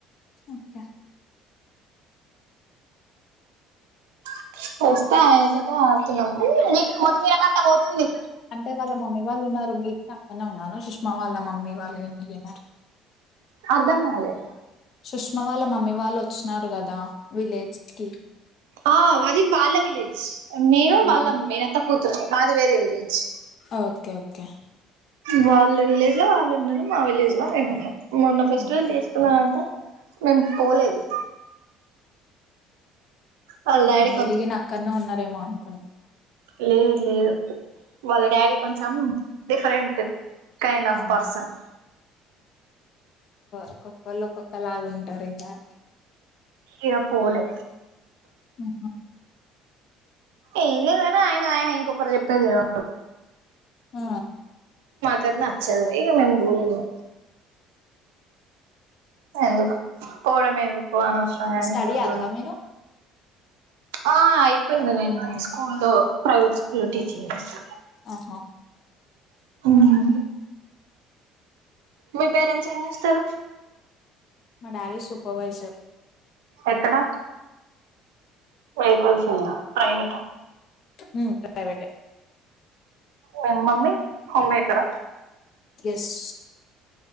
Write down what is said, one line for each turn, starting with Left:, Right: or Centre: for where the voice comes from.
Left: ఓకే
Right: డ వస్తే ఒకటే ఆడుతున్నాము. నీకు కొత్తి మీరకట్ట పోతుంది.
Left: అంటే వాళ్ళ మమ్మీ వాళ్ళు ఉన్నారు. మీరు నా అక్కన్నే ఉన్నార సుష్మా వాళ్ళ మమ్మీ వాళ్ళున్నారు.
Right: అర్ధం కాలే
Left: సుష్మా వాళ్ళ మమ్మీ వాళ్ళు వచ్చినారు కదా విలేజ్ కి
Right: ఆ అది వాళ్ళ విలేజ్ నేను వాళ్ళ
Left: ఆహా
Right: మేనత్త కూత్ మాది వేరే విలేజ్
Left: ఓకే ఓకే
Right: వాళ్ళు విలేజ్ లో వాళ్ళు ఉన్నరు. మా విలేజ్ లో మేము ఉన్నం. మొన్న ఫెస్టివల్
Left: ఓకే
Right: చేసుకున్నారంట. మేము పోలేదు వాళ్ళ
Left: ఆ
Right: డాడీ
Left: మీరిగి నా అక్కన్నే ఉన్నారేమో అనుకుని
Right: లే లేదు వాళ్ళ డాడీ కొంచం డిఫరెంట్ కైండ్
Left: ఆ,
Right: ఆఫ్ పర్సన్
Left: ఒక్కొక్కళ్ళు ఒక్కొక్క లాగ ఉంటరు ఇంగా
Right: ఇగ పోలే
Left: ఆ
Right: ఏం లేదు గాని ఆయన ఇంకొ ఇంకోరు చెప్పేది విను
Left: ఆ
Right: కద్ నచ్చదు ఇఅ మేం బోలేం ఇగ ఎందుక్ పోడమ్ ఎందుకు పోనసరంగాని
Left: స్టడీ
Right: తగ
Left: అక్క మీరు
Right: ఆ ఐపై నెన్ స్కూల్లో ప్రైవేట్ స్కూల్లో టీచింగ్ చేస్త
Left: ఆహా
Right: మ్ మీ పేరెంట్స్ ఏం చేస్తరు
Left: మా డాడి సూపవైసర్
Right: ఎక్కడా వెహికల్స్ ఇలా ప్రైవేట
Left: మ్ ప్రైవేటె
Right: మ మమ్మీ హోమ్ మేకర
Left: ఎస్